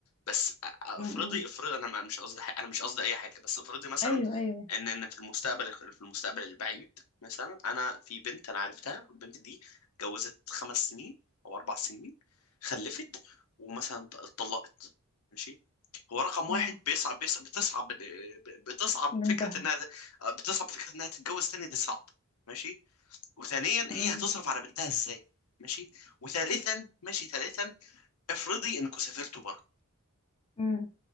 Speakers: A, on the left (about 75°); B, on the left (about 25°).
A: بس افرضي
B: م- م.
A: افرضي انا ما- مش قصدي حاجة انا مش قصدي اي حاجه بس افرضي مثلا
B: ايوه ايوه
A: ان ان في المستقبل في المستقبل البعيد مثلا انا في بنت انا عرفتها البنت دي اتجوزت خمس سنين او اربع سنين خلفت ومثلا ط- اتطلقت ماشي هو رقم
B: اه
A: واحد بيصعب بيصعب بتصعب بتصعب
B: بنتها
A: فكره انها بتصعب فكره انها تتجوز تاني دي صعب ماشي وثانيا هي
B: امم
A: هتصرف على بنتها ازاي ماشي وثالثا ماشي ثالثا افرضي انكم سافرتوا بره
B: امم